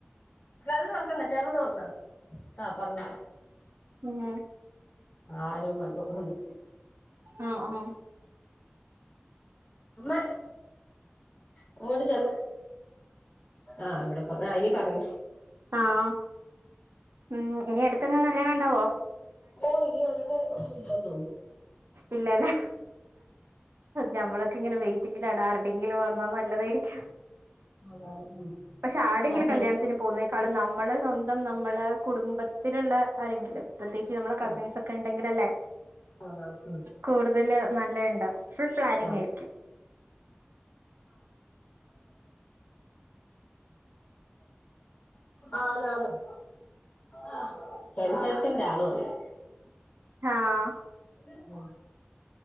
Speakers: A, on the left (about 45°); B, on the right (about 65°).
A: ആഹ് പറഞ്ഞോ
B: ഉം
A: ആരോ വന്ന് അതാ
B: ആഹ് ആഹ്
A: അമ്മേ അങ്ങോട്ട് ചെല്ല് ആഹ് ഇവിടെ പറഞ്ഞാ ആഹ് ഇനി പറഞ്ഞോ
B: ആഹ് ഉം ഇനി അട്ത്തങ്ങ് കല്യാണണ്ടാവോ
A: ഓഹ് ഇനി ഉടനെ ഒന്നും ഇല്ലെന്ന് തോന്നു
B: ഇല്ലാല്ലേ ഞമ്മളൊക്കെങ്ങനെ വൈറ്റിങ്ങിലാണ് ആര്ടെങ്കിലും വന്നാ നല്ലതായിരിക്കും
A: അതാണ് ഉം
B: പക്ഷെ ആര്ടെങ്കിലും
A: ആഹ് സെൻ
B: കല്യാണത്തിന് പോവ്ന്നെ ക്കാളും നമ്മളെ സ്വന്തം നമ്മളെ കുടുംബത്തില്ള്ള ആരെങ്കിലും പ്രത്യേയിച്ച് നമ്മളെ കസിൻസൊക്കെ
A: ആഹ്
B: ഇണ്ടെങ്കിലല്ലേ
A: ആന്നാന്ന് ഉം
B: കൂടുതല് നല്ലേണ്ടാവും ഫുൾ പ്ലാനിങ്ങായിരിക്കും.
A: ആന്ന് ആഹ് ആഹ് സെൻസസിന്റെ ആള് വന്ന്
B: ആഹ്
A: ആഹ <unintelligible>